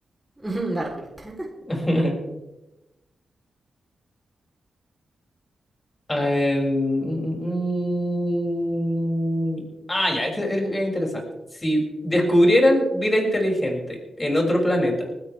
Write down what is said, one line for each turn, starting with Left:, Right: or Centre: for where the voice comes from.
Centre: <laughs> la ruleta.
Left: <laughs> Em, mm, mm, mm. Ah, ya, este es, es interesante. Si descubrieran vida inteligente en otro planeta